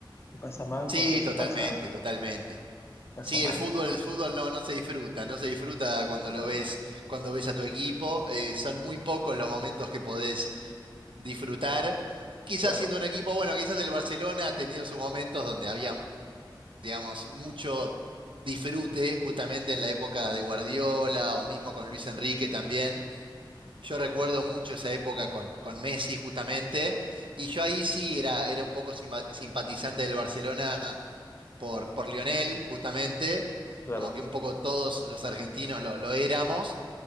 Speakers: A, on the left (about 30°); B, on the right (about 80°).
A: Se pasa mal
B: Sí,
A: cuando eso
B: totalmente,
A: pasa,
B: totalmente.
A: pasa
B: Sí,
A: mal.
B: el fútbol, el fútbol no, no se disfruta, no se disfruta cuando lo
A: No,
B: ves, cuando ves a tu equipo. eh, son muy pocos los momentos que podés disfrutar. Quizás
A: claro,
B: siendo un equipo, bueno, quizás el Barcelona ha tenido sus momentos donde había, digamos, mucho disfrute, justamente en la época de Guardiola o mismo con Luis Enrique también Yo recuerdo mucho esa época con, con Messi justamente, y yo ahí sí era, era un poco simpa- simpatizante del Barcelona por, por Lionel, justamente,
A: claro.
B: como que un poco todos los argentinos lo, lo éramos.